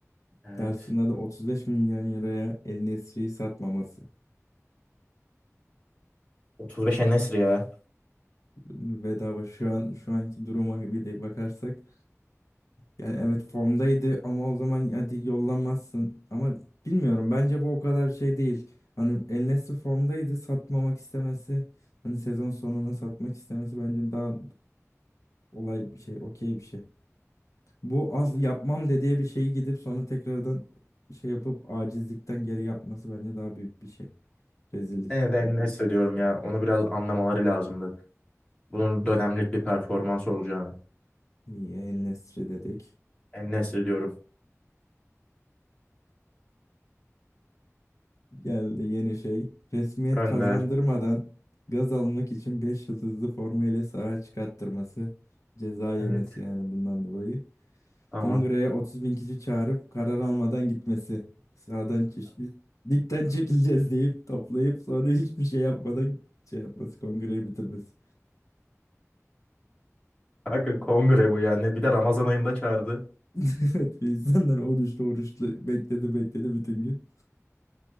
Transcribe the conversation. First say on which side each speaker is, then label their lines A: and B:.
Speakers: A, on the left (about 20°); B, on the left (about 75°).
A: Evet.
B: Karşısında da 35 milyon liraya El Nesri'yi satmaması.
A: 35 En-Nesyri ya.
B: Bedava şu an şu anki duruma bir de bakarsak Yani evet formdaydı ama o zaman hadi yollamazsın. Ama bilmiyorum bence bu o kadar şey değil. Hani El Nesri formdaydı satmamak istemesi. Hani sezon sonuna satmak istemesi bence daha olay bir şey, okey bir şey. Bu az yapmam dediği bir şeyi gidip sonra tekrardan şey yapıp acizlikten geri yapması bence daha büyük bir şey. Rezillik.
A: Yine de En-Nesyri diyorum ya. Onu biraz anlamaları lazımdı. Bunun dönemlik bir performans olacağını.
B: İyi El Nesri dedik.
A: En-Nesyri diyorum.
B: Geldi yeni şey. Resmiyet
A: Gönder.
B: kazandırmadan gaz almak için 5 yıldızlı forma ile sahaya çıkarttırması. Ceza yemesi
A: Evet.
B: yani bundan dolayı.
A: Tamam.
B: Kongreye 30 bin kişi çağırıp karar almadan gitmesi. Sahadan çeşitli ligden çekileceğiz deyip toplayıp sonra hiçbir şey yapmadan şey yapması. Kongreyi bitirmesi.
A: Kanka kongre bu yani. Bir de Ramazan ayında çağırdı.
B: <laughs> Evet insanlar oruçlu oruçlu bekledi bekledi bütün gün.